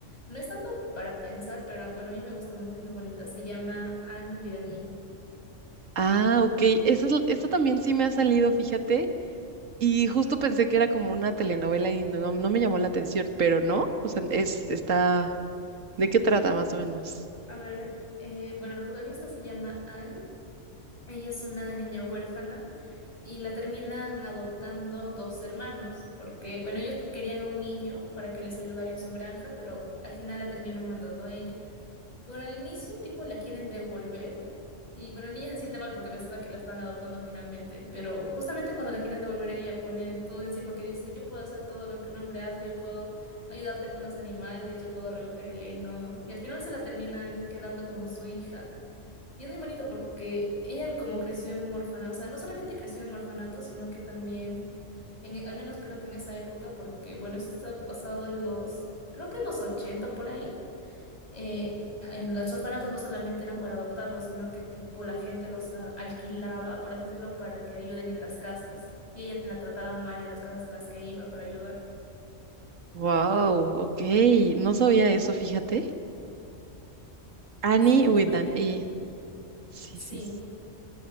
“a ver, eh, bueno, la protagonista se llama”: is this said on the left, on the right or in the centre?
Left